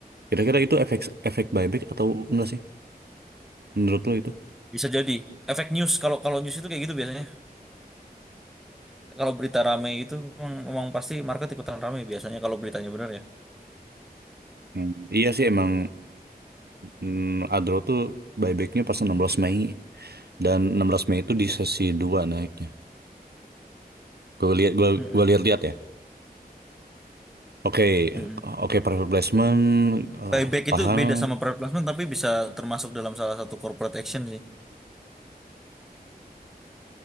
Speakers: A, on the right (about 80°); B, in the centre.
A: Kira-kira itu efek efek buyback atau enggak sih menurut lo itu?
B: bisa jadi efek news kalau kalau news itu kayak gitu biasanya kalau berita rame itu emang, emang pasti market ikutan rame biasanya kalau beritanya benar ya
A: Hmm, Iya sih emang mm, Adro tuh buybacknya pas enam belas Mei dan 16 Mei itu di sesi 2 naiknya. Gue lihat gua
B: Mm-mm,
A: gua lihat-lihat ya. Oke,
B: mm-mm.
A: oke private placement eh,
B: Buyback
A: paham
B: itu beda sama private placement tapi bisa termasuk dalam salah satu corporate action sih